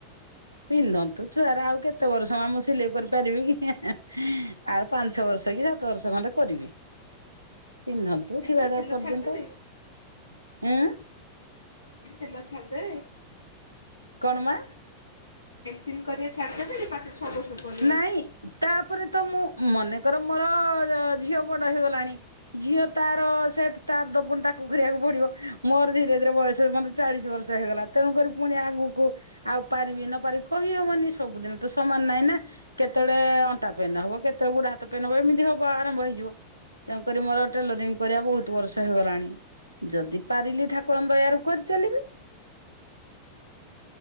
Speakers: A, on the right; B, on the left.
A: ପିନ୍ଧନ୍ତୁ ଛୁଆରା ଆଉ କେତେ ବର୍ଷ ଆମ ସିଲେଇ କରିପାରିବି କି ହେଁ ହେଁ ହେଁ ଆଉ ପାଞ୍ଚ ବର୍ଷ କି ସାତ ବର୍ଷ ଖଣ୍ଡେ କରିବି। ପିନ୍ଧନ୍ତୁ
B: କାହିଁକି
A: ଥିବା ଯା
B: ତେଲ
A: ପର୍ଯ୍ୟନ୍ତ।
B: ଛାଡ଼ିଦେବେ
A: ଏଁ
B: ଏଇ ତେଲ ଛାଦରେ।
A: କଣମା?
B: ମେସିନ୍ କରିବା ଛାଡ଼ି ଦେବେ କି ପାଞ୍ଚ ଛଅ ବର୍ଷ? ପରେ
A: ନାଇଁ ତାପରେ ତ ମୁଁ ମନେକର ମୋର ଅ ଝିଅ ବଡ ହେଇଗଲାଣି। ଝିଅ ତାର ସେଠ ତାର ଦ ପୁଣି ତାକୁ କରିବାକୁ ପଡିବ ମୋର ଧୀରେ ଧୀରେ ବୟସ ମତେ ଚାଳିଶ ବର୍ଷ ହେଇଗଲା। ତେଣୁକରି ପୁଣି ଆଗକୁ ଆଉ ପାରିବି ନ ପାରିବି କହିହବନି ସବୁଦିନ ତ ସମାନ ନହିଁ ନା। କେତେବେଳେ ଅଣ୍ଟା ପେନ ହବ କେତେବେଳେ ଗୁଡା ହାତ ପେନ ହବ ଏମିତି ହବ ଆରମ୍ଭ ହେଇଯିବ। ତେଣୁକରି ମୋର ଟେଲରିଂ କରିବା ବହୁତ ବର୍ଷ ହେଇଗଲାଣି। ଯଦି ପାରିଲି ଠାକୁରଙ୍କ ଦୟାରୁ କରିଚାଲିବି।
B: <inaudible>